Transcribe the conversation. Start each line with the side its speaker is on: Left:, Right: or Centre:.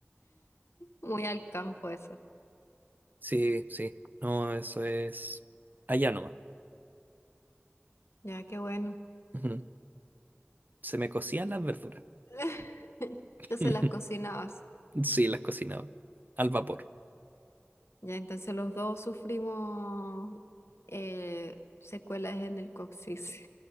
Left: Muy al campo eso.
Right: Sí, sí, no, eso es allá nomás.
Left: Ya, qué bueno.
Right: Ujú. Se me cocían las verduras.
Left: <laughs> Entonces
Right: <laughs>
Left: las cocinabas.
Right: Sí, las cocinaba al vapor.
Left: Ya, entonces los dos sufrimos eh, secuelas en el coxis.